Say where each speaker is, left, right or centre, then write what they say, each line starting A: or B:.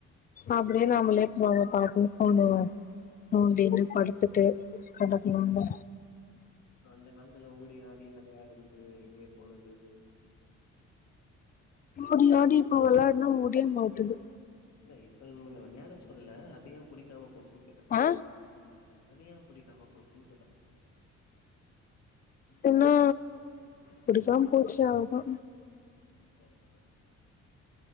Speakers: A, on the left (about 30°); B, on the left (about 60°).
A: அப்புடின்னு நம்மளே ஃபோன பாத்து <unintelligible> நோடின்னு படுத்துட்டு கெடக்கலாம்ல
B: அந்த காலத்துல ஓடி ஆடி வெளையாடணு து இனியே பொழுது
A: ஓடி ஆடி இப்போ வெள்ளாடுனா முடிய மாட்டுது
B: இல்லே இப்ப உங்கள வெள்ளாட சொல்லலே அதயே புடிக்காம போ போச்சுன்னு கேக்கறே
A: ஆ
B: அது ஏன் புடிக்காம போச்சுன்னு கேக்கறே
A: என்னா புடிக்காம போச்சு அவ்ளதா
B: அவ்ளேதானா